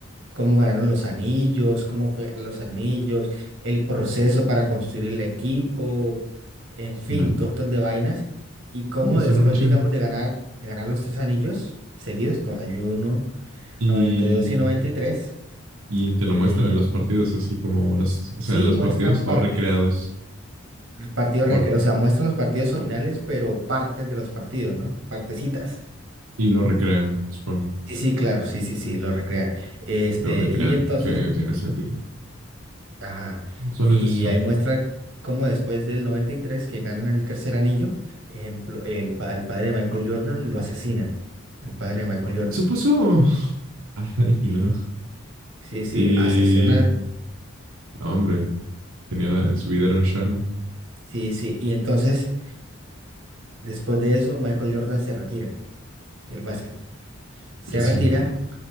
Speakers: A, on the right; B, on the right.
A: cómo ganaron los anillos, cómo fue los anillos, el proceso para construir el equipo, en fin,
B: Suena,
A: todo un montón de vainas. Y cómo
B: oye, suena
A: después,
B: muy chido.
A: digamos, de ganar, de ganar los tres anillos seguidos, 91,
B: Y,
A: 92 y 93,
B: y te lo
A: eh,
B: muestran en los partidos, así como las, o
A: sí
B: sea, en los
A: muestran
B: partidos o
A: partes,
B: recreados.
A: partidos
B: O,
A: recre- o sea, muestran los partidos originales, pero partes de los partidos, ¿no? Partecitas.
B: Y lo recrean, supongo.
A: Sí, sí, claro, sí, sí, sí, lo recrean. Este,
B: Lo recrean.
A: y entonces
B: Sí, eh, tiene sentido.
A: Ajá.
B: Solamente
A: Y
B: así son.
A: ahí muestra cómo después del 93 que ganan el tercer anillo, ejemplo, el, pa- al padre de Michael Jordan lo asesinan. Al padre de Michael Jordan.
B: Supuso. <laughs> Ay,
A: Sí,
B: no.
A: sí, sí,
B: Y.
A: asesinan.
B: no, hombre, tenía la- en su vida era un shonen.
A: Sí, sí. Y entonces, después de eso, Michael Jordan se retira del básquet. Se
B: Para siempre.
A: retira,